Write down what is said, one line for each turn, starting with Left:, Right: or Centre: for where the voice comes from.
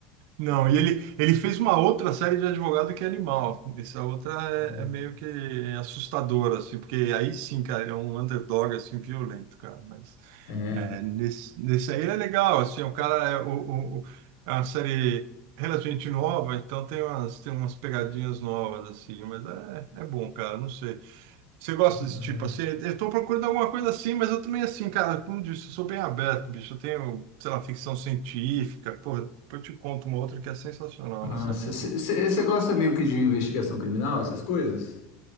Right: Não, e ele, ele fez uma outra série de advogado que é animal. Essa outra
Left: Hum.
Right: é, é meio que assustadora, assim, porque aí sim, cara, ele é um underdog, assim, violento, cara. Mas
Left: É.
Right: é, nesse, nesse aí ele é legal, assim, o cara é, o, o- o- é uma série relativamente nova, então tem umas, tem umas pegadinhas novas, assim, mas é, é bom, cara, não sei. Você gosta
Left: então,
Right: desse tipo assim? Eu tô procurando alguma coisa assim, mas eu também assim, cara, como disse, eu sou bem aberto, bicho. Eu tenho, sei lá, ficção científica. Porra, depois eu te conto uma outra que é sensacional
Left: é.
Right: nessa linha.
Left: Você gosta meio que de investigação criminal, essas coisas?